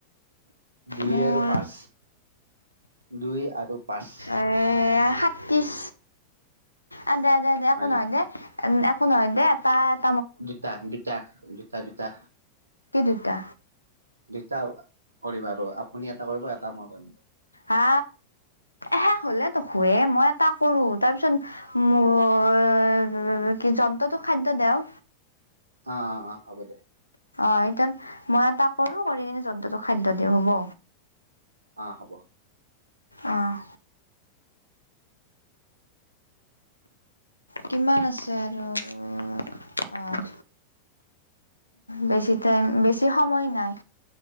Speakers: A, on the right (about 75°); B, on the left (about 85°).
A: দুই
B: মোৰ
A: আৰু পাঁছ, দুই আৰু পাঁচ
B: এ সাতিশ, আ, দে দে দে একো
A: হয় নেকি
B: নহয় দে। উম, একো নহয় দে এতাত।
A: দুটা-দুটা-দুটা-দুটা।
B: কি দুটা?
A: দুটা কৰিম আৰু আপুনি এটা কৰিব এটা মই কৰিম।
B: হা, শেষ হ'লে দোখোৱে মই এটা কৰো তাৰ পিছত <unintelligible> কি যন্ত্ৰটোক খাদ্য দেও।
A: অ', অ', অ', হ'ব দে।
B: অ', ইতান মই এটা কৰো, কৰি কিনে যন্ত্ৰটোক খাদ্য দিওঁ হ'ব?
A: অ', হ'ব।
B: অ'। কিমান আছে আৰু অ'। বেছি টাইম বেছি সময় নাই।